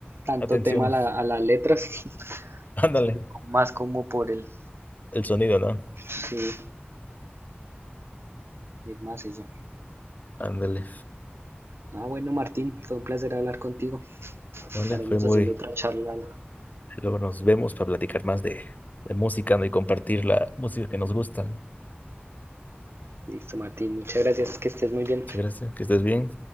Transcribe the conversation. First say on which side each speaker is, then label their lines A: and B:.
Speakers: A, on the right; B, on the left.
A: tanto
B: Atención,
A: tema a la- a las letras, <laughs>
B: <laughs> ándale,
A: sino co- más como por el,
B: el sonido, ¿no?
A: sí, es más eso.
B: Ándale,
A: Ah, bueno, Martín, fue un placer hablar contigo.
B: vale,
A: Estaremos
B: fue muy...
A: haciendo otra charla.
B: Luego nos vemos para platicar más de, de música, ¿no? y compartir la música que nos gustan.
A: Listo, Martín, muchas gracias, que estés muy bien.
B: Muchas gracias, que estés bien.